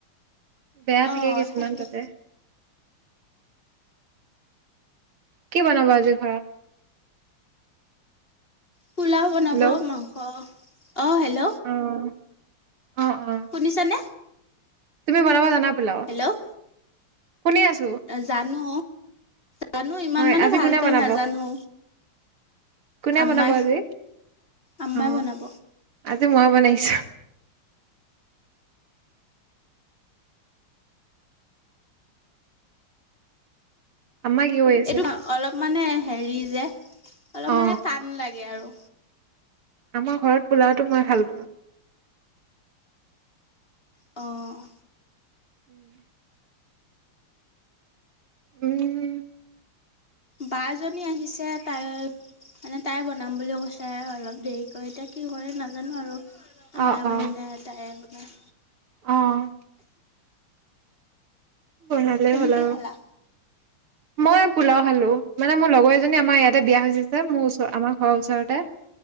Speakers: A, on the right; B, on the left.
A: বেয়া থাকে
B: অ
A: কিছুমান
B: থাকে
A: তাতে। কি বনাব আজি ঘৰত?
B: পোলাও বনাব
A: হেল্ল'
B: মাংস, অ হেল্ল'।
A: অ', অ', অ'।
B: শুনিছানে?
A: তুমি বনাব জানা পেলাও?
B: হেল্ল'
A: শুনি আছো।
B: জানো। জানো ইমান
A: হয়
B: মানে
A: আজি
B: ভালকে
A: কোনে বনাব
B: নাজানো।
A: কোনে
B: আম্মাই,
A: বনাব আজি
B: আম্মাই
A: অ
B: বনাব।
A: আজি মই বনাইছো। আম্মাই কি কৰি আছে?
B: এইটো অলপ মানে হেৰি যে, অলপ
A: অ
B: মানে টান লাগে আৰু।
A: আমাৰ ঘৰত পোলাওটো মই ভাল বনাও।
B: অ'।
A: উম। উম।
B: বা জনী আহিছে, তাই মানে তাই বনাম বুলিও কৈছে অলপ দেৰিকৈ, এতিয়া কি কৰে নাজানো আৰু।
A: অ
B: মায়ে
A: অ
B: বনাই নে তাইয়েই বনাই।
A: অ'। বনালেই
B: তুমি
A: হ'ল
B: কি
A: আৰু।
B: খালা
A: মই পোলাও খালো, মানে মোৰ লগৰ এজনী আমাৰ ইয়াতে বিয়া হৈছে যে, মোৰ ওচৰ, আমাৰ ঘৰৰ ওচৰতে।